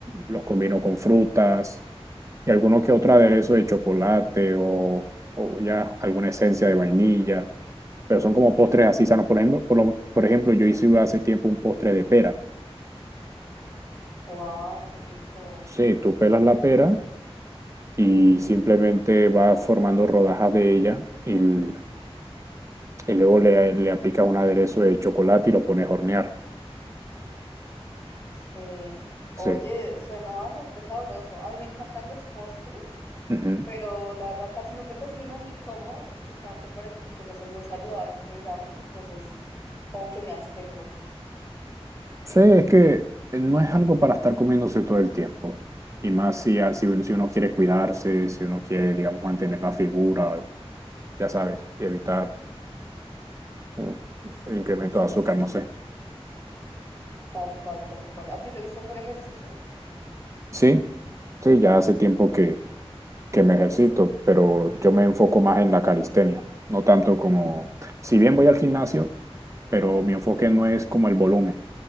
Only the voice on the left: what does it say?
Wow, qué rico.
Sí. Oye,
suena bastante sabroso. A mí me encantan los postres.
pero la verdad casi nunca cocino ni como, justamente por eso, porque no son muy saludables, que digamos, entonces como que me abstengo.
Sí,
sí,
sí, sí,
tal cual, tal cual. ¿A ti te gusta hacer ejercicio?